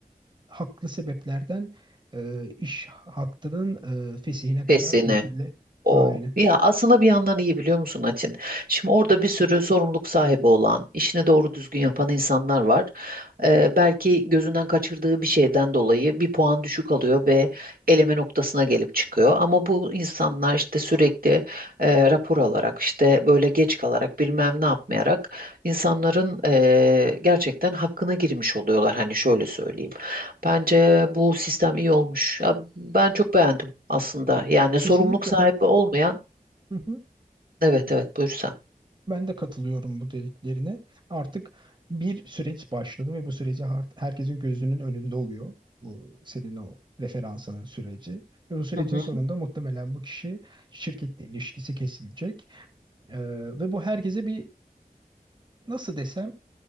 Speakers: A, on the right; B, on the right.
A: haklı sebeplerden e, iş hakkının e, fesihine
B: Pesine.
A: kadar getirildi.
B: O
A: Aynen.
B: ya aslında bir yandan iyi biliyor musun Atin? Şimdi orada bir sürü sorumluluk sahibi olan, işini doğru düzgün yapan insanlar var. Ee, belki gözünden kaçırdığı bir şeyden dolayı bir puan düşük alıyor ve eleme noktasına gelip çıkıyor. Ama bu insanlar işte sürekli e, rapor alarak işte böyle geç kalarak bilmem ne yapmayarak insanların e, gerçekten hakkına girmiş oluyorlar. Hani şöyle söyleyeyim. Bence bu sistem iyi olmuş. Ya ben çok beğendim aslında. Yani
A: Kesinlikle
B: sorumluluk sahibi
A: ben de
B: olmayan,
A: <laughs>
B: evet evet buyur sen.
A: Ben de katılıyorum bu dediklerine. Artık bir süreç başladı ve bu süreci har- herkesin gözünün önünde oluyor. Bu senin o referansının süreci. Ve bu sürecin
B: Hı hı.
A: sonunda muhtemelen bu kişi şirketle ilişkisi kesilecek. Ee, ve bu herkese bir nasıl desem